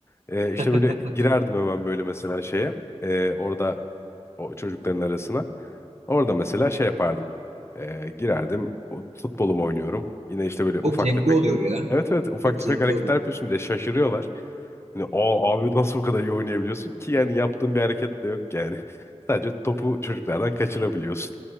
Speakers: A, on the left; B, on the right.
A: e, işte
B: <laughs>
A: böyle girerdim hemen böyle mesela şeye. e, orada o çocukların arasına. Orada mesela şey yapardım. E, girerdim. o- Futbolumu oynuyorum. Yine işte böyle ufak
B: Çok zevkli oluyor ya.
A: Evet evet ufak
B: Çok
A: tefek
B: zevkli
A: hareketler
B: oluyor.
A: yapıyorsun bir de şaşırıyorlar. Hani o abi nasıl bu kadar iyi oynayabiliyorsun ki yani yaptığın bir hareket de yok yani. <laughs> Sadece topu çocuklardan kaçırabiliyorsun.